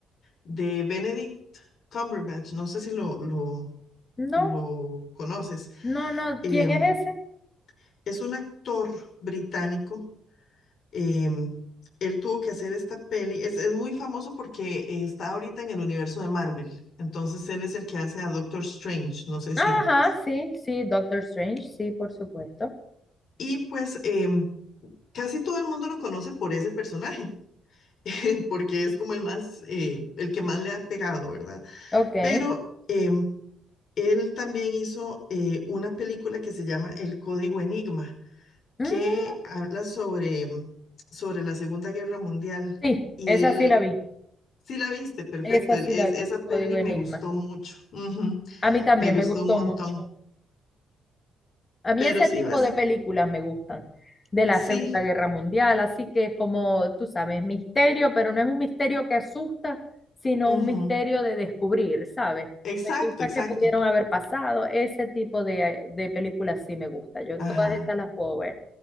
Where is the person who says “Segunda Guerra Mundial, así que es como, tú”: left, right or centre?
Left